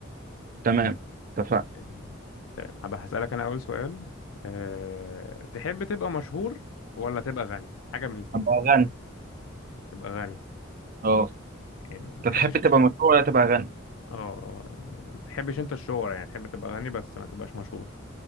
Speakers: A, on the right; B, on the left.
A: تمام اتفق
B: مم. تمام هبقى هسألك أنا أول سؤال آه، تحب تبقى مشهور ولا تبقى غني حاجة من الاتنين
A: ابقى غني
B: تبقى غني
A: اه
B: يعني ما تحبش
A: انت تحب تبقى مشهور ولا تبقى غني
B: اه آه، يعني ما تحبش أنت الشهرة يعني تحب تبقى غني بس ما تبقاش مشهور